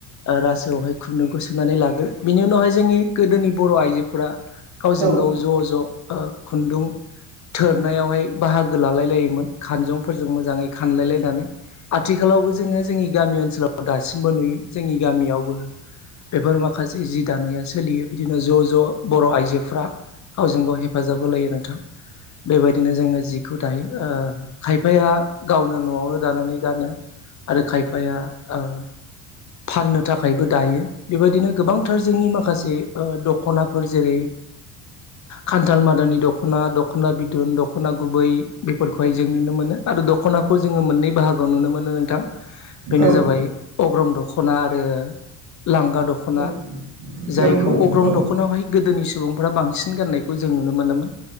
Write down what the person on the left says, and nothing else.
रासोआवहाय खुन्दुंखौ सो सुनानै लाग्रो बिनि उनावहाय जोंनि गोदोनि बर' आइजोफोरा गावजों
गाव ज' ज' खुन्दुं थोरनायावहाय बाहागो लालाय लायोमोन खानजंफोरजों मोजाङै खानलाय लायनानै आथिखालावबो जोङो जोंनि गामि ओनसोलाव दासिमबो नुयो जोंनि गामियावबो बेफोर माखासे जि दानाया सोलियो बिदिनो ज' ज' बर' आइजोफ्रा गावजों गाव हेफाजाब होलायो नोंथां बेबायदिनो जोङो जिखौ दायो खायफाया गावनो न'आवनो दानानै गानो आरो खायफाया ओ फाननो थाखायबो दायो बेबायदिनो गोबांथार जोंनि माखासे दख'नाफोर जेरै खान्थाल मादानि दख'ना दख'ना बिदुन दख'ना गुबै बे फोरखौहाय जों नुनो मोनो आरो दख'नाखौ जोङो मोननै बाहागोआव नुनो मोनो नोंथां बेनो
जाबाय अग्रं दख'ना आरो लांगा दख'ना
जायखौ
अग्रं
दख'नाआवहाय गोदोनिस सुबुंफोरा बांसिन गाननायखौ जों नुनो मोनोमोन